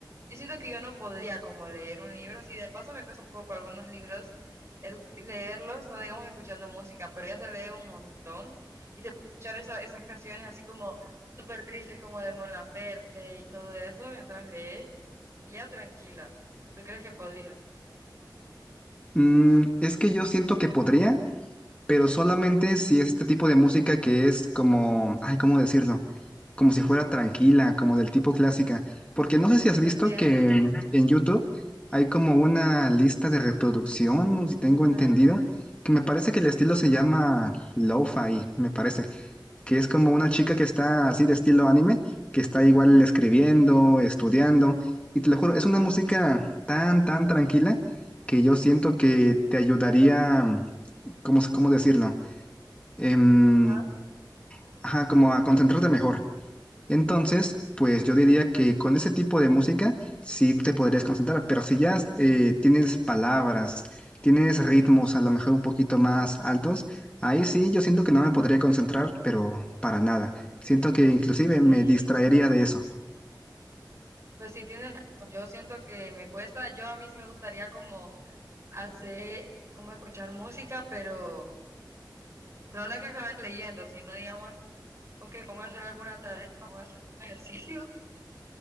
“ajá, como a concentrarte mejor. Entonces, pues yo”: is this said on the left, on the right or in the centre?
Left